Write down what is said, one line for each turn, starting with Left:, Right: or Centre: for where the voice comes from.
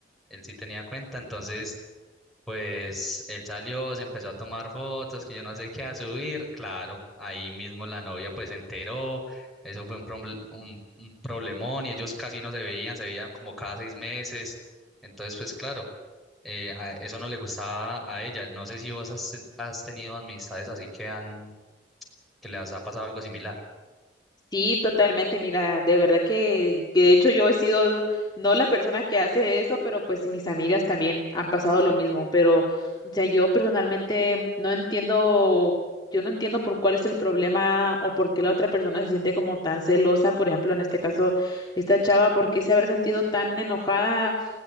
Centre: él sí tenía cuenta, entonces pues él salió, se empezó a tomar fotos, que yo no sé qué, a subir, claro, ahí mismo la novia pues se enteró, eso fue un, proble- un, un problemón y ellos casi no se veían, se veían como cada seis meses, entonces pues claro, eh, a- eso no le gustaba a ella, no sé si vos has, has tenido amistades así que han, que les ha pasado algo similar.
Left: Sí, totalmente. Mira, de verdad que, que de hecho yo he sido no la persona que hace eso, pero pues sí, mis amigas también han pasado lo mismo. Pero, o sea, yo personalmente no entiendo, yo no entiendo por cuál es el problema o por qué la otra persona se siente como tan celosa. Por ejemplo, en este caso, esta chava, ¿por qué se habrá sentido tan enojada?